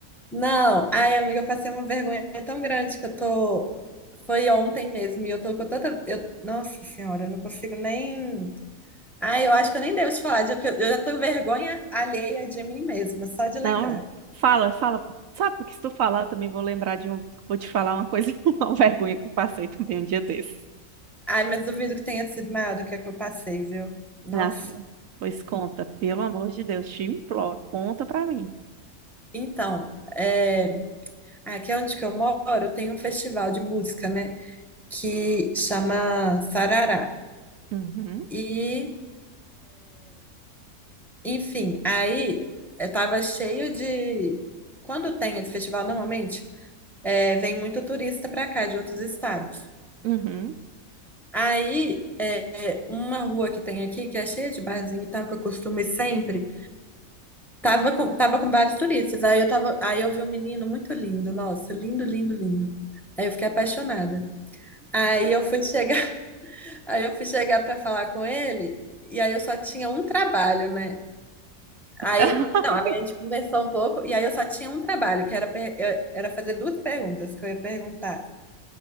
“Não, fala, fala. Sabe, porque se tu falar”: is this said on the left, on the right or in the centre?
Right